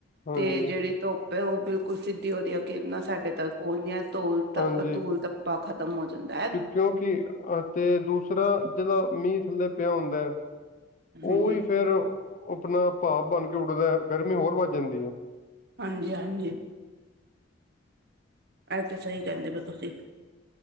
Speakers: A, on the left; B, on the right.
A: ਹਾਂਜੀ
B: ਤੇ ਜੇੜੀ ਧੁੱਪ ਏ ਓ ਬਿਲਕੁਲ ਸਿੱਧੀ ਵਦੀਆ ਕਿਰਨਾਂ ਸਾਡੇ ਤਕ ਪੋਂਚਦੀਆਂ ਨ ਧੂਲ ਤ,
A: ਹਾਂਜੀ
B: ਧੂਲ ਤੱਪਾ ਖਤਮ ਹੋ ਜਾਂਦਾ ਐ।
A: ਕਿਉਂਕਿ ਆ ਤੇ ਦੂਸਰਾ ਜੇੜਾ ਮੀਹ ਥੱਲੇ ਪੇਆ ਹੁੰਦਾ ਐ।
B: ਹਾਂਜੀ,
A: ਉਹੀ ਫੇਰ ਉ, ਆਪਣਾ ਭਾਵ ਬਣ ਕੇ ਉੱਡਦਾ ਗਰਮੀ ਹੋਰ ਵੱਧ ਜਾਂਦੀ ਏ।
B: ਹਾਂਜੀ ਹਾਂਜੀ ਇਹ ਤੇ ਸਹੀ ਕਹਿੰਦੇ ਸਹੀ ਪਿਓ ਤੁਸੀਂ,